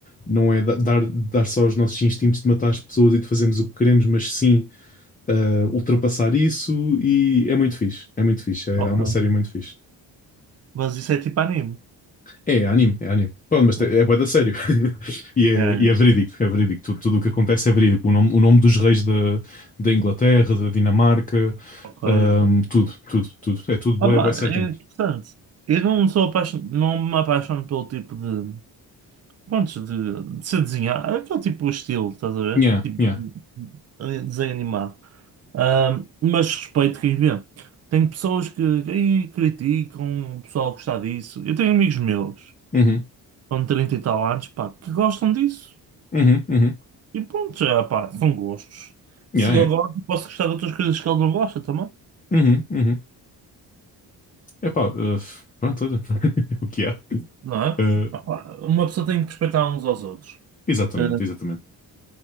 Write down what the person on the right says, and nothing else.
Ok.
Mas isso é tipo anime.
É,
é, é.
ok,
ok.
Ah, pá,
é interessante. Eu não sou apaixon... não me apaixono pelo tipo de. Prontos, de, de ser desenhar, aquele tipo de estilo, estás a ver?
Tipo,
eh, desenho animado. Ahm, mas respeito quem vê. Tem pessoas que que aí criticam, o pessoal gostar disso. Eu tenho amigos meus,
com 30 e tal anos, pá, que gostam disso.
E pronto, já, pá, são gostos.
Se
eu gosto, posso gostar de outras coisas que ele não gosta também,
não é?
Pá, Uma pessoa tem que respeitar uns aos outros.
Ah,